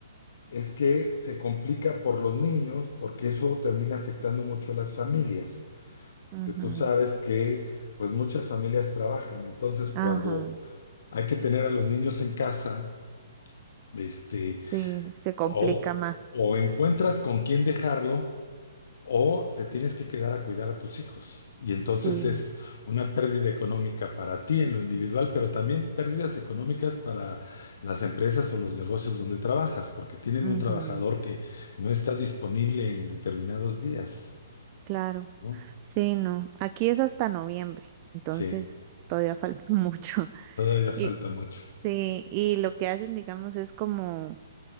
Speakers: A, on the left; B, on the right.
A: es que se complica por los niños, porque eso termina afectando mucho a las familias.
B: ujú,
A: Que tú sabes que, pues, muchas familias trabajan. Entonces, cuando
B: Ajá.
A: hay que tener a los niños en casa, este,
B: Sí, se complica
A: o,
B: más.
A: o encuentras con quién dejarlo o te tienes que quedar a cuidar a tus hijos. Y entonces
B: Sí,
A: es una pérdida económica para ti en lo individual, pero también pérdidas económicas para las empresas o los negocios donde trabajas, porque tienen
B: ujú,
A: un trabajador que no está disponible en determinados días,
B: claro.
A: ¿no?
B: Sí, no. Aquí es hasta noviembre, entonces
A: Sí,
B: todavía falta <laughs> mucho.
A: todavía falta
B: Y
A: mucho.
B: sí, y lo que hacen, digamos, es como